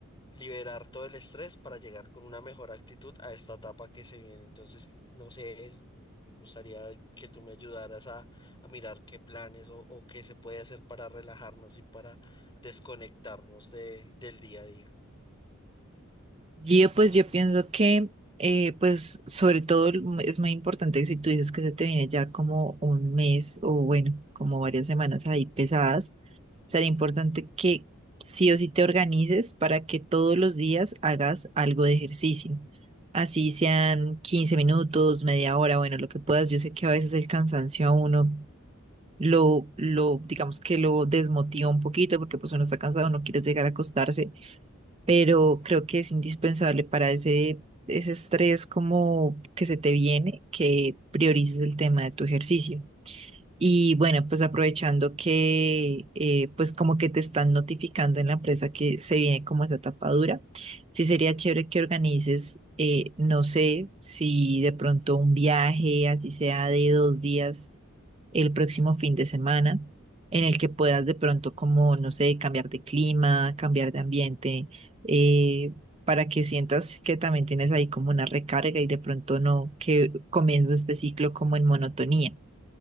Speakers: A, on the left (about 20°); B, on the right (about 30°).
A: liberar todo el estrés para llegar con una mejor actitud a esta etapa que se viene. Entonces, no sé, es- me gustaría que tú me ayudaras a, a mirar qué planes o, o qué se puede hacer para relajarnos y para desconectarnos de, del día a día.
B: Yo pues yo pienso que eh, pues sobre todo el- es muy importante que si tú dices que se te viene ya como un mes o bueno, como varias semanas ahí pesadas, sería importante que sí o sí te organices para que todos los días hagas algo de ejercicio. Así sean 15 minutos, media hora, bueno, lo que puedas. Yo sé que a veces el cansancio a uno lo, lo, digamos que lo desmotiva un poquito porque pues uno está cansado, no quiere llegar a acostarse pero creo que es indispensable para ese, ese estrés como que se te viene, que priorices el tema de tu ejercicio. Y bueno, pues aprovechando que eh, pues como que te están notificando en la empresa que se viene como esa tapadura, sí sería chévere que organices, eh, no sé, si de pronto un viaje, así sea de dos días el próximo fin de semana, en el que puedas de pronto como, no sé, cambiar de clima, cambiar de ambiente, eh, para que sientas que también tienes ahí como una recarga y de pronto no, que comienza este ciclo como en monotonía.